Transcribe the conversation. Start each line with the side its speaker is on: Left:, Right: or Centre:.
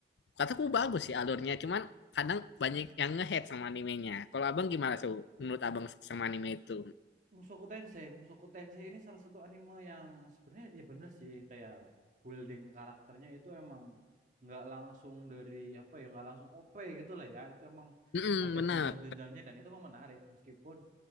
Left: kataku bagus sih alurnya, cuman kadang banyak yang ngehead sama animenya. Kalau abang gimana tuh menurut abang sama anime itu?
Right: Mushoku Tensei, Mushoku Tensei ini salah satu anime yang sebenarnya ya bener sih kayak building karakternya itu emang nggak langsung dari apa ya nggak langsung OP gitu lah ya itu emang
Left: Mm
Right: ada
Left: benar.
Right: jenjang-jenjangnya dan itu emang menarik meskipun